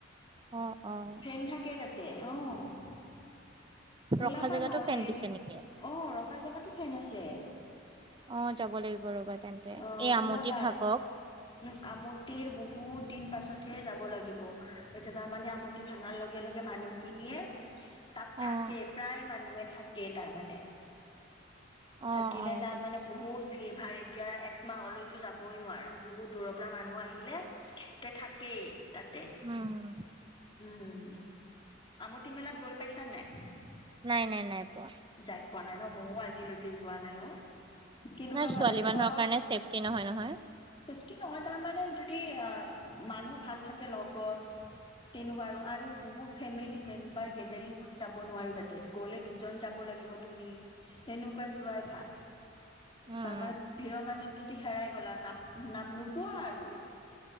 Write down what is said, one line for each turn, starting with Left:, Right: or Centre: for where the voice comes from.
Right: অ', অ'।
Left: ফেন থাকে তাতে অ'। ওলাবা
Right: ৰখা জেগাতো
Left: নহ'লে
Right: ফেন
Left: এদিন,
Right: দিছে নেকি?
Left: অ', ৰখা জেগাতো ফেন আছে।
Right: অ', যাব লাগিব ৰ'বা তেন্তে
Left: অ',
Right: এই আমতি
Left: ওলাবা।
Right: ভাগক
Left: উ', আমটিৰ বহুত দিন পাছত হে যাব লাগিব, এতিয়া তাৰমানে আমঠি ভাঙাৰ লগে-লগে মানুহখিনিয়ে তাত
Right: অ',
Left: থাকে প্ৰায় মানুহে থাকে তাৰমানানে।
Right: অ',
Left: থাকিলে
Right: অ',
Left: তাৰমানানে
Right: বুজিছো।
Left: বহুত ভিৰ ভাই এতিয়া একমাহলৈতো যাবই নোৱাৰা বহুত দূৰৰ পৰা মানুহ আহিলে, এতিয়া থাকেই। তাতে। উম',
Right: উম,
Left: আমঠি মেলাত গৈ পাইছা নাই?
Right: নাই-নাই-নাই পোৱা।
Left: যাই পোৱা নাই ন ময়ো আজিলৈকে যোৱা নাই অ। কেনেকুৱাাবা
Right: নাই ছোৱালী
Left: লাগে
Right: মানুহৰ
Left: তলৰ--সৃষ্টি
Right: কাৰণে চেফটি নহয় নহয়।
Left: নহয় তাৰমা নানে অ, মানুহ ভাল থাকে লগত। তেনেকুৱা আৰু-আৰু বহুত ফেমিলি মেম্বাৰ গেডাৰিং কৰি যাব নোৱাৰি যাতে, গ'লে দুজন যাব ল তুমি সেনেকুৱা যোৱাই ভাল।
Right: উম,
Left: তাৰ মানৈ ভিৰৰ মাজত যদি হেৰাই গ'লা, নাপ-নাপ নোপোৱা আৰু।